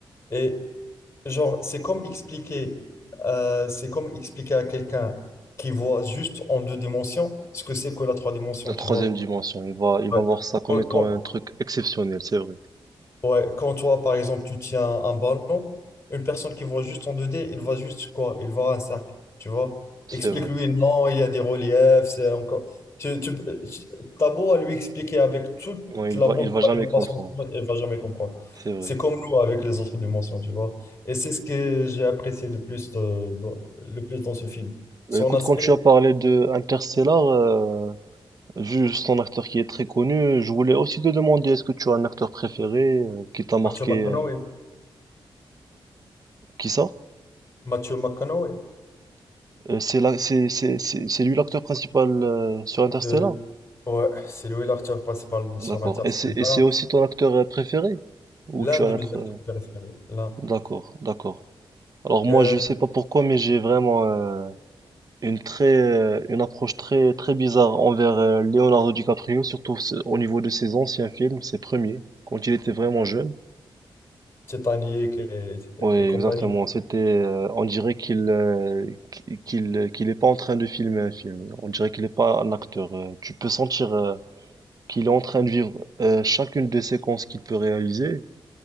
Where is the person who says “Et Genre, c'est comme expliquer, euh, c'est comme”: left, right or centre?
Left